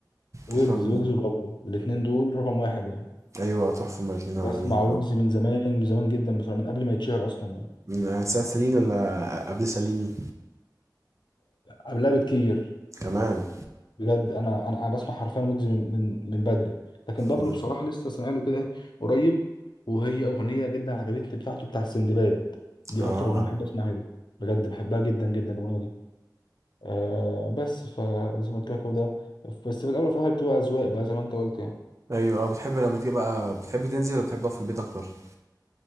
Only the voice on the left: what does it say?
ويجز
ويجز وبابلو الاتنين دول رقم واحد يعني
بسمع
ويجز
من زمان من زمان جدا بصراحه من قبل ما يتشهر اصلا يعني
فاهم
قبلها بكتير
بجد انا انا انا بسمع حرفيا ويجز من من من بدري لكن بابلو
بصراحه لسه سامع له كده قريب وهي اغنيه جدا عجبتني بتاعته بتاع سندباد دي
اكتر اغنيه بحب اسمعها له بجد بحبها جدا جدا الاغنيه دي آه بس فزي ما قلت لك هو ده بس في الاول وفي الاخر بتبقى اذواق بقى زي ما انت قلت يعني